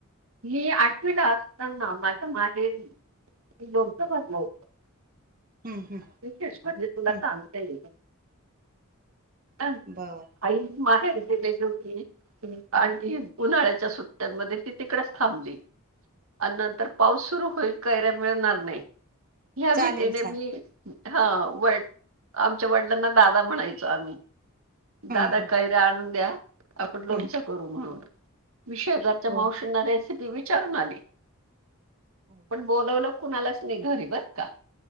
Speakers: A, on the right; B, on the right.
A: मी आठवीला असताना माझ्या माहेरी मी लोणच भरल होत.
B: हं हं
A: विशेष म्हणजे तुला
B: हं
A: सांगता येईल. ह,
B: बर
A: आई माहेरी गेलेली होती. आणि उन्हाळ्याच्या सुट्ट्यांमध्ये ती तिकडेच थांबली. आणि, नंतर पाऊस सुरू होईल कैऱ्या मिळणार नाही. ह्या
B: चालेल
A: भीतीने
B: चालेल
A: मी, हा व आमच्या वडिलांना दादा म्हणायचो आम्ही. दादा
B: हां हां
A: कैऱ्या आणून द्या. आपण लोणच
B: हां
A: करू म्हणून. मी शेजार च्या
B: हो
A: मावशींना रेसिपी विचारून आली.
B: हो
A: पण बोलवल कुणालाच घरी बरका,